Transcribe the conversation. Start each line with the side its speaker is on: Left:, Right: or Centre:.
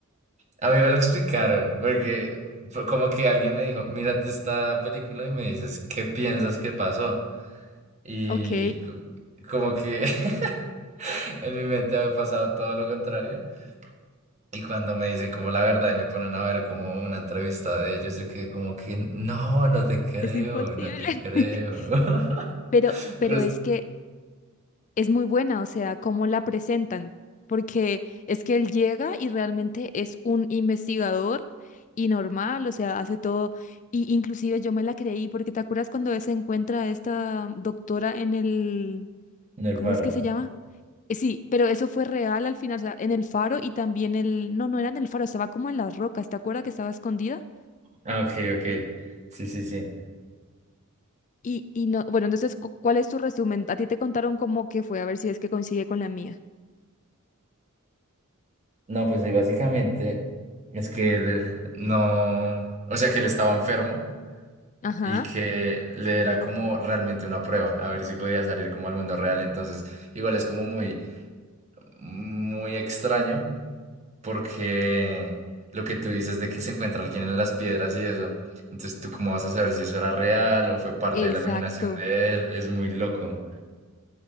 Right: A mí me lo explicaron, porque fue como que alguien me dijo, mírate esta película y me dices, ¿qué piensas que pasó? Y
Left: Ok,
Right: co- como que <laughs> en mi mente había pasado todo lo contrario. Y cuando me dicen como la verdad y me ponen a ver como una entrevista de ellos, yo quedé como que, no, no te creo,
Left: es imposible.
Right: no te creo.
Left: <laughs>
Right: <laughs>
Left: Pero, pero
Right: Pero es-
Left: es que es muy buena, o sea, cómo la presentan, porque es que él llega y realmente es un investigador y normal, o sea, hace todo, y inclusive yo me la creí, porque ¿te acuerdas cuando se encuentra esta doctora en el,
Right: En el
Left: ¿cómo
Right: faro.
Left: es que se llama? Eh, Sí, pero eso fue real al final, o sea, en el faro y también el, no, no era en el faro, estaba como en las rocas, ¿te acuerdas que estaba escondida?
Right: Ah, ok, ok. Sí, sí, sí.
Left: Y, y no, bueno, entonces, cu- ¿cuál es tu resumen? A ti te contaron cómo que fue, a ver si es que coincide con la mía.
Right: No, pues ahí básicamente es que él eh, no, o sea que él estaba enfermo.
Left: Ajá,
Right: y que le era como realmente una prueba, a ver si podía salir como al mundo real. Entonces, igual es como muy, muy extraño porque lo que tú dices de que se encuentra alguien en las piedras y eso. Entonces, ¿tú cómo vas a saber si eso era real o fue parte
Left: exacto.
Right: de la imaginación de él? Es muy loco.